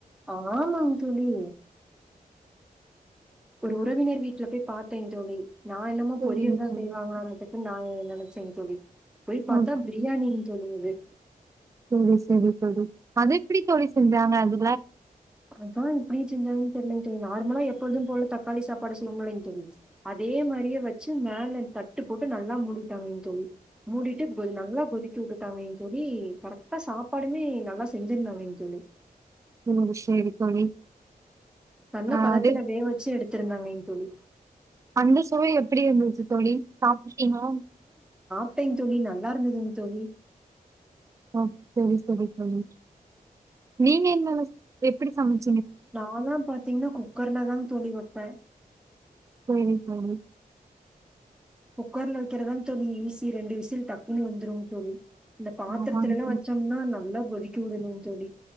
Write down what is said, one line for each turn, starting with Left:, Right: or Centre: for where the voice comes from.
Centre: ஆமங் தோழி ஒரு உறவினர் வீட்ல போய் பாத்தே தோழி நா என்னமோ
Right: சேரிங்க
Centre: பொரியல் தா
Right: தோழி
Centre: செய்வாங்களானாட்டுக்கு நாங்க நெனச்சேங் தோழி போய் பாத்தா
Right: ஓகே
Centre: பிரியாணிங் தோழி அது
Right: சேரி சேரி தோழி அது எப்டி தோழி செஞ்சாங்க அது
Centre: அதா எப்டி செஞ்சாங்க தெரிலைங்க தோழி நார்மலா எப்பொழுதும் போல தக்காளி சாப்பாடு செய்வோமில்லெங் தோழி அதே மாரியே வச்சு மேல தட்டு போட்டு நல்லா மூடிட்டாங்க தோழி மூடிட்டு நல்லா கொதிக்க உட்டுட்டாங்க இங் தோழி கரெக்டா சாப்பாடுமே நல்லா செஞ்சிருந்தாங்கைங் தோழி
Right: உம் சேரி தோழி
Centre: நல்ல
Right: ஆ
Centre: பதத்துல
Right: அது
Centre: வேக வச்சு எடுத் திருந்தாங்கைங் தோழி
Right: அந்த சுவை எப்டி இருந்துச்சு தோழி சாப்ட்ருகீங்களா
Centre: ட்டேன் தோழி நல் லாருந்ததுங் தோழி
Right: ஆ செரி செரி தோழி நீங்க எங்கல எப்பிடி சமச்
Centre: நா லா பாத் தீங்னா குக்கர்லதாங் தோழி வப்பே
Right: சேரி ‌தோழி
Centre: குக்கர்ல வெக்கிறதாங் தோழி ஈசி ரெண்டு விசில் டக்குன்னு வெந்துருங் தோழி இந்த பாத்துரத்துலெல்லா
Right: ஆமாங்க தோழி
Centre: வச்சம்னா நல்லா கொதிக்க விடணும் தோழி